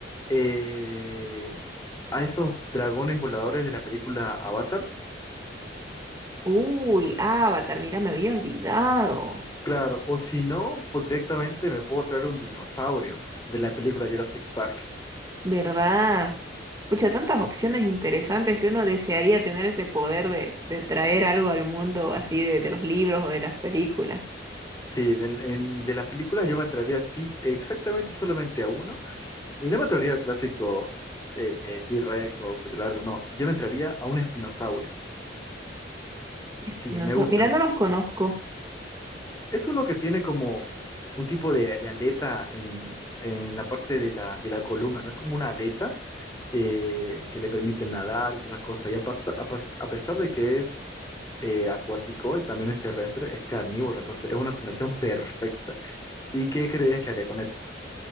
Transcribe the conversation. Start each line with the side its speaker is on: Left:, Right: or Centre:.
Left: eh, a esos dragones voladores de la película Avatar.
Right: Uy, Avatar, mira, me había olvidado.
Left: Claro, o si no, pues directamente me puedo traer un dinosaurio de la película Jurassic Park.
Right: ¿Verdad? Pucha, tantas opciones interesantes que uno desearía tener ese poder de, de traer algo al mundo así de, de los libros o de las películas.
Left: Sí, del- en- de las películas yo me traería, sí, exactamente solamente a uno Y no me traería el clásico eh, T-Rex o cuello largo, no. Yo me traería a un espinosaurio.
Right: Espinosa,
Left: Sí, me gustan.
Right: mira, no los conozco.
Left: Es uno que tiene como un tipo de, de aleta en, en la parte de la, de la columna, ¿no? Es como una aleta eh, que le permite nadar y todas esas cosas. Y aparte, a, pas- a pesar de que es eh, acuático y también es terrestre, es carnívoro. Entonces es una combinación perfecta. ¿Y qué crees que haría con él?